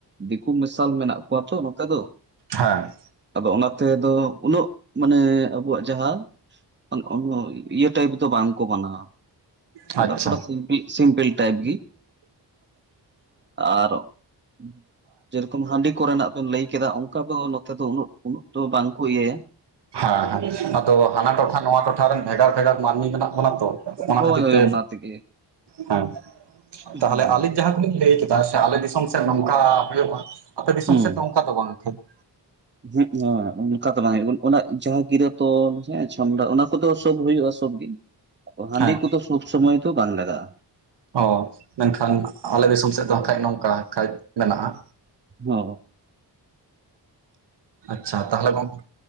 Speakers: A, on the right; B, on the right.
A: ᱫᱤᱠᱩ ᱢᱮᱥᱟᱞ ᱢᱮᱱᱟᱜ ᱠᱚᱣᱟ ᱛᱚ ᱱᱚᱛᱮ ᱫᱚ
B: ᱦᱮᱸ
A: ᱾ <inaudible> ᱟᱫᱚ ᱚᱱᱟ ᱛᱮ ᱫᱚ ᱩᱱᱟᱹᱜ ᱢᱟᱱᱮ ᱟᱵᱚᱣᱟᱜ ᱡᱟᱦᱟ ᱼᱼ ᱤᱭᱟᱹ ᱴᱟᱹᱭᱤᱯ ᱫᱚ ᱵᱟᱝ ᱠᱚ ᱢᱟᱱᱟᱣᱟ ᱾
B: ᱟᱪᱪᱷᱟ
A: ᱛᱷᱚᱲᱟ ᱛᱷᱚᱲᱟ ᱥᱤᱢᱯᱤᱞ ᱥᱤᱢᱯᱤᱞ ᱴᱟᱭᱤᱯ ᱜᱤ ᱟᱨ ᱾ ᱡᱮᱨᱚᱠᱚᱢ ᱦᱟᱺᱰᱤ ᱠᱚ ᱨᱮᱱᱟᱜ ᱾ ᱞᱟᱹᱭ ᱠᱮᱫᱟ ᱚᱱᱠᱟ ᱫᱚ ᱱᱚᱛᱮ ᱫᱚ ᱩᱱᱟᱹᱜ ᱩᱱᱟᱹᱜ ᱫᱚ ᱵᱟᱝᱠᱚ ᱤᱭᱟᱹᱭᱟ ᱾
B: ᱦᱮᱸ ᱦᱮᱸ ᱟᱫᱚ ᱦᱟᱱᱟ ᱴᱚᱴᱷᱟ ᱱᱚᱣᱟ ᱴᱚᱴᱷᱟ ᱨᱮᱱ ᱵᱷᱮᱜᱟᱨ ᱵᱷᱮᱜᱟᱨ ᱢᱟᱹᱱᱢᱤ ᱢᱮᱱᱟᱜ ᱾ ᱚ ᱚᱱᱟ
A: ᱦᱳᱭ
B: ᱠᱷᱟᱹᱛᱤᱨ
A: ᱦᱳᱭ
B: ᱛᱮ
A: ᱚᱱᱟ ᱛᱮᱜᱮ
B: ᱦᱮᱸ
A: ᱦᱩᱸ
B: ᱛᱟᱦᱚᱞᱮ ᱟᱹᱞᱤᱧ ᱡᱟᱦᱟᱸ ᱠᱚᱞᱤᱧ ᱞᱟᱹᱭ ᱾ ᱪᱮᱫᱟᱜ ᱥᱮ ᱟᱞᱮ ᱫᱤᱥᱚᱢ ᱥᱮᱫ ᱱᱚᱝᱠᱟ ᱦᱩᱭᱩᱜᱼᱟ ᱟᱯᱮ ᱫᱤᱥᱚᱢ
A: ᱦᱩᱸ
B: ᱥᱮᱫ ᱫᱚ ᱱᱚᱝᱠᱟ ᱫᱚ ᱵᱟᱝ ᱴᱷᱤᱠ ᱼᱼ
A: ᱦᱮᱸ ᱦᱮᱸ ᱚᱱᱠᱟ ᱫᱚ ᱵᱟᱝ ᱦᱩᱭᱩᱜ ᱚᱱᱟ ᱡᱟᱦᱟᱸ ᱜᱤᱨᱟᱹ ᱛᱚᱞ ᱦᱮᱸ ᱪᱷᱟᱢᱰᱟ ᱚᱱᱟ ᱠᱚᱫᱚ ᱥᱚᱵ ᱦᱩᱭᱩᱜᱼᱟ ᱾ ᱛᱚᱵ ᱜᱤ ᱦᱟᱺᱰᱤ
B: ᱦᱮᱸ
A: ᱠᱚᱫᱚ ᱥᱚᱵᱽ ᱥᱚᱢᱚᱭ ᱫᱚ ᱵᱟᱝ ᱞᱟᱜᱟᱜᱼᱟ ᱾
B: ᱚ ᱢᱮᱱᱠᱷᱟᱱ ᱟᱞᱮ ᱫᱤᱥᱚᱢ ᱥᱮᱫ ᱫᱚ ᱠᱷᱟᱱᱡ ᱱᱚᱝᱠᱟ ᱠᱷᱟᱡ ᱢᱮᱱᱟᱜᱼᱟ ᱾
A: ᱚᱸ ᱾
B: ᱟᱪᱪᱷᱟ ᱛᱟᱦᱚᱞᱮ ᱜᱚᱝᱠᱮ?